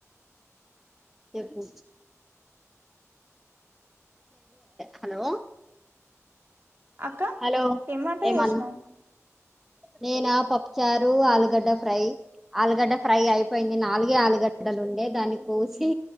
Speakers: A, in the centre; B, on the right.
A: చెప్పు హలో
B: అక్క
A: హలో
B: ఎం వంట
A: ఏమన్నా
B: వేసినావు
A: నేనా పప్పుచారు ఆలుగడ్డ ఫ్రై ఆలుగడ్డ ఫ్రై అయిపోయింది నాలుగే ఆలుగడ్డలు ఉండే దాన్ని కోసి